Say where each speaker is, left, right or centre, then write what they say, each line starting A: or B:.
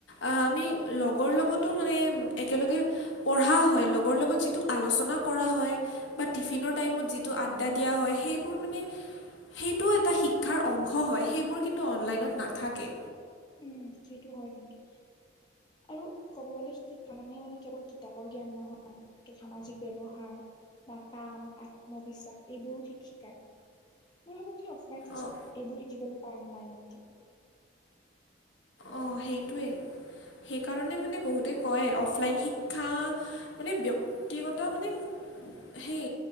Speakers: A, on the left; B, on the left.
A: আমি লগৰ লগ তো মানে একেলগে পঢ়া হয় লগৰ লগত যিটো আলোচনা কৰা হয় বা টিফিনৰ টাইমত যিটো আড্ডা দিয়া হয় সেইবোৰ মানে সেইটো এটা শিক্ষাৰ অংশ হয় সেইবোৰ কিন্তু অনলাইনত নাথাকে
B: উম সেইটো হয় কিন্তু আৰু ক'ব গলে শিক্ষা মানে মানে কেৱল কিতাপৰ জ্ঞান নহয় ত সামাজিক ব্যৱহাৰ বা কাম আত্মবিশ্বাস এইবোৰো শিক শিকায় মই ভাবো যে অফলাইন ক্লাছত
A: অঁ
B: এইবোৰ শিকিবলৈ পায় অনলাইনতকে
A: অ সেইটোৱেই সেইকাৰণে মানে বহুতে কয় অফলাইন শিক্ষা মানে ব্য ক্তিগত মানে সেই